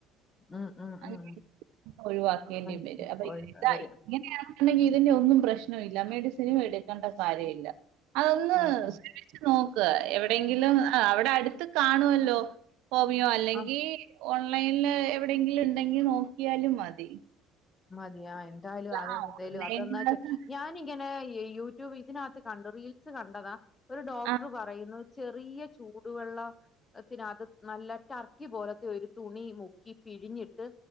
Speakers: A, on the left; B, on the right.
A: ഉം ഉം
B: അങ്ങനെ
A: ഉം
B: <inaudible> ഒഴിവാക്കേണ്ടീം
A: ഉം
B: വരും അപ്പൊ
A: ഓര്
B: ഇതാ
A: വരും
B: ഇങ്ങനെയാണെന്നുണ്ടെങ്കിൽ ഇതിന്റെ ഒന്നും പ്രശ്നവില്ല മെഡിസിനും എടുക്കേണ്ട കാര്യമില്ല അതൊന്ന്
A: ഉം ഉം
B: <unintelligible> ച്ചുനോക്ക് എവിടെയെങ്കിലും അവിടെ അടുത്ത് കാണുവല്ലോ ഹോമിയോ അല്ലെങ്കി
A: ആഹ്
B: ഓൺലൈനില് എവിടെങ്കിലും ഇണ്ടെങ്കി നോക്കിയാലും മതി
A: മതിയ എന്തായാലും അതെന്തേലും
B: ആ ഓൺലൈൻ
A: അതന്നാച്ച
B: ക്ലാസ്
A: ഞാനിങ്ങനെ യൂ ടൂബ് ഇതിനകത്ത് കണ്ടു റീൽസ് കണ്ടതാ ഒരു ഡോക്ടർ
B: ആ
A: പറയുന്നു ചെറിയ ചൂടുവെള്ളത്തിനാത്ത് നല്ല ടർക്കി പോലത്തെ ഒരു തുണി മുക്കി പിഴിഞ്ഞിട്ട്